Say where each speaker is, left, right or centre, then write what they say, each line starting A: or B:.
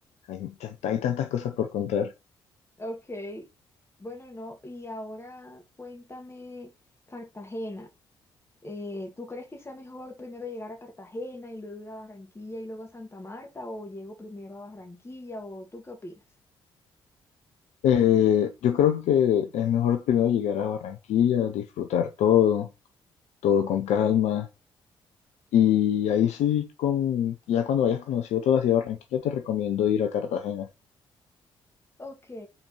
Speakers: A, on the left; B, on the left.
A: Hay, tan- hay tantas cosas por contar.
B: Ok. Bueno, no. Y ahora cuéntame Cartagena. Eh, ¿tú crees que sea mejor primero llegar a Cartagena y luego ir a Barranquilla y luego a Santa Marta o llego primero a Barranquilla o tú qué opinas?
A: Eh, yo creo que es mejor primero llegar a Barranquilla, disfrutar todo, todo con calma. Y ahí sí, con, ya cuando hayas conocido toda la ciudad de Barranquilla, te recomiendo ir a Cartagena.
B: Ok.